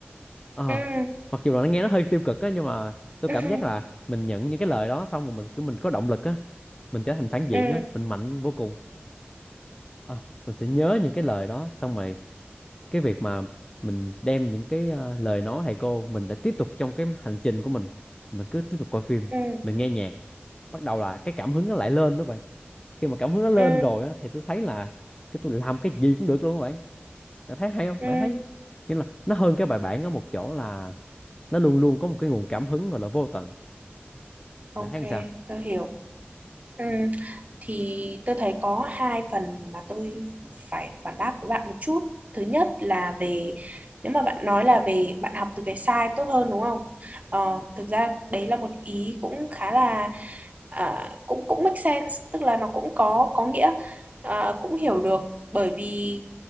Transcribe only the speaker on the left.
Ờ
mặc dù là nó nghe nó hơi tiêu cực á nhưng mà tôi
cảm
giác là mình nhận những cái lời đó xong rồi mình kiểu mình có động lực á mình trở thành phản diện
á mình mạnh vô cùng Ờ, mình sẽ nhớ những cái lời đó xong rồi cái việc mà mình đem những cái ờ, lời nói thầy cô mình lại tiếp tục trong cái hành trình của mình mình cứ tiếp tục coi phim
mình nghe nhạc bắt đầu là cái cảm hứng nó lại lên đó bạn khi mà cảm hứng nó lên
rồi á thì tôi thấy là cái tôi làm cái gì cũng được luôn các bạn bạn thấy hay không
bạn thấy nghĩa là nó hơn cái bài bản ở một chỗ là nó luôn luôn có một cái nguồn cảm hứng gọi là vô tận
bạn thấy làm sao